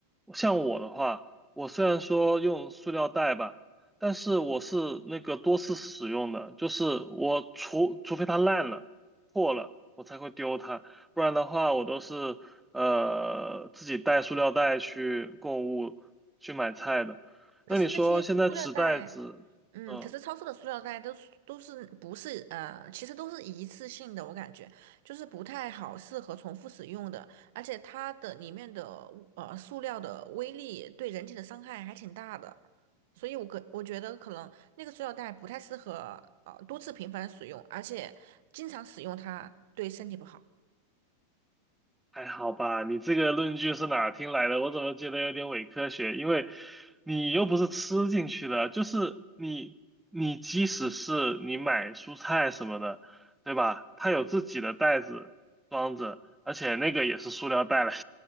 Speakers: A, in the centre; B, on the right (about 50°).
A: 像我的话，我虽然说用塑料袋吧，但是我是那个多次使用的，就是我除除非它烂了、破了，我才会丢它，不然的话我都是呃自己带塑料袋去购物、去买菜的。
B: 可是那些塑料袋。
A: 那你说现在纸袋子，
B: 嗯，
A: 嗯。
B: 可是超市的塑料袋都是都是不是呃，其实都是一次性的，我感觉就是不太好适合重复使用的，而且它的里面的呃塑料的威力对人体的伤害还挺大的，所以我可我觉得可能那个塑料袋不太适合呃多次频繁使用，而且经常使用它对身体不好。
A: 还好吧，你这个论据是哪儿听来的？我怎么觉得有点伪科学？因为你又不是吃进去的，就是你，你即使是你买蔬菜什么的，对吧？它有自己的袋子装着，而且那个也是塑料袋来着。